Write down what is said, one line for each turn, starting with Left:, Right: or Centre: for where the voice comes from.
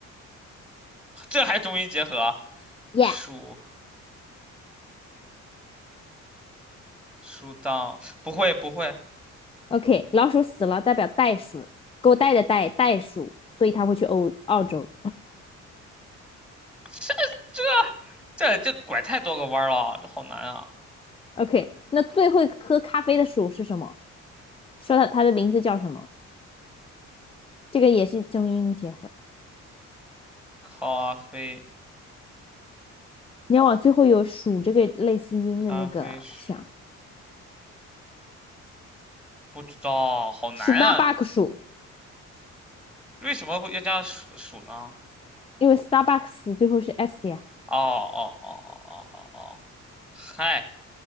Centre: 这还中英结合啊？
Left: y
Centre: 树
Left: e a
Centre: 树当不会不会，
Left: h OK，老鼠死了代表袋鼠，狗带的袋袋鼠，所以它会去欧澳洲。
Centre: 这这这这拐太多个弯儿了，这好难啊！
Left: OK，那最会喝咖啡的鼠是什么？说到它的名字叫什么？这个也是中英结合。
Centre: 咖啡
Left: 你要往最后有“鼠”这个类似音的那个想
Centre: 咖啡是不知道，好难啊！
Left: ，Starbucks 鼠，
Centre: 为什么会要加数数呢？
Left: 因为 Starbucks 最后是 s 呀。
Centre: 哦哦哦哦哦哦哦，嗨。